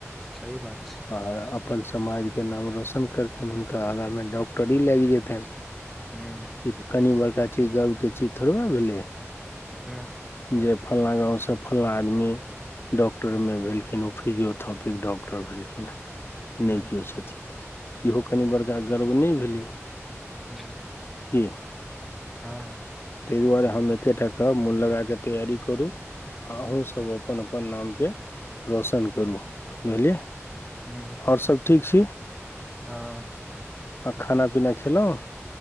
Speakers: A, in the centre; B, on the left (about 50°).
A: सही बात छै
B: आर अपन समाजके नाम रौशन करथिन हुनका आगाँमे डॉक्टरी लागि जेतेन।
A: हूँ।
B: ई त कनि बड़का चीज गर्वके चीज थोड़बे भेलै।
A: नह। <unintelligible>
B: जे फलना गाँव सब। फलला आदमी डॉक्टर मे भेलखिन ओ फिजियोथपिक डॉक्टर भेलखिन।
A: हँ
B: नै किओ सचि इहो कनि बड़का गर्व नहि भेलैया।
A: नहि। <unintelligible>
B: की। <unintelligible>
A: हँ हँ।
B: तै दुआरे हम एकेटा कहब मोन लगा कऽ तैयारी करू। आ अहुँ सब अपन-अपन नामके रौशन करू बुझलियै।
A: ह
B: और सब ठीक छी
A: हँ
B: आ खाना-पीना खेलहुँ।